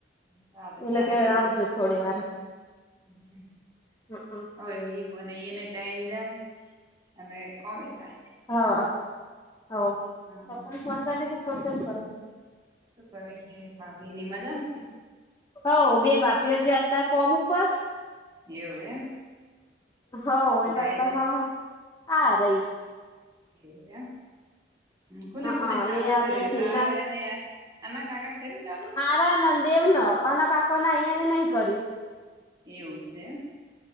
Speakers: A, on the right; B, on the left.
A: ચાલે
B: એટલે
A: ચાલે
B: કે
A: એ તો
B: આવજો થોડી વાર
A: હમ <inaudible>
B: હમમ
A: હવે એવું અને અહીયાને ટાઈમ જાય અને કોમે થાય
B: હા હ
A: હા
B: ફોન કરે કે ફોન તો કરો હ <inaudible>
A: શું કરે હે ભાભી ની મજામશે
B: હ બે ભાભીઓ જે હતા કોમ ઉપર
A: એવું એમ
B: હોવ એ
A: ગાય
B: તો હા આ રહી
A: એવું એમ કોને
B: હ
A: કોને ચાલુ
B: એ આ
A: કર્યું
B: બેઠી
A: તારેને
B: ન
A: અનાખકા કર્યું ચાલુ
B: ના ના દેવ ન અનેન કાકો ના અહીયાને નહી કર્યું
A: એવું છે